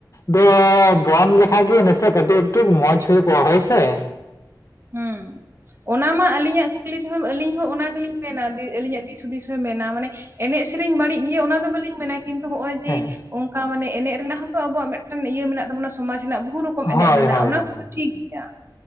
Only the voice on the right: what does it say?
ᱦᱮᱸ ᱚᱱᱟ ᱢᱟ ᱟᱹᱞᱤᱧᱟᱜ ᱠᱩᱠᱞᱤ ᱛᱮᱦᱚ ᱟᱹᱞᱤᱧ ᱦᱚᱸ ᱚᱱᱟ ᱜᱮᱞᱤᱧ ᱢᱮᱱᱟ ᱟᱹᱞᱤᱧᱟᱜ ᱫᱤᱥ ᱦᱩᱫᱤᱥ ᱦᱚᱭ ᱢᱮᱱᱟ ᱢᱟᱱᱮ ᱮᱱᱮᱡ ᱥᱮᱨᱮᱧ ᱵᱟᱹᱲᱤᱡ ᱜᱮᱭᱟ ᱚᱱᱟ ᱫᱚ ᱵᱟᱹᱞᱤᱧ ᱢᱮᱱᱟ ᱠᱤᱱᱛᱩ ᱱᱚᱜ ᱚᱭ ᱡᱮ
ᱚᱱᱠᱟ ᱢᱟᱱᱮ ᱮᱱᱮᱡ ᱨᱮᱱᱟᱜ ᱦᱚᱸ ᱛᱚ ᱟᱵᱚᱣᱟᱜ ᱢᱤᱫ ᱢᱤᱫᱴᱮᱱ ᱤᱭᱟᱹ ᱢᱮᱱᱟᱜ ᱛᱟᱵᱚᱱᱟ ᱥᱚᱢᱟᱡᱽ ᱨᱮᱱᱟᱜ ᱵᱚᱦᱩ ᱨᱚᱠᱚᱢ
ᱮᱱᱮᱡ ᱢᱮᱱᱟᱜ-ᱟ
ᱚᱱᱟ
ᱠᱚᱫᱚ ᱴᱷᱤᱠ ᱜᱮᱭᱟ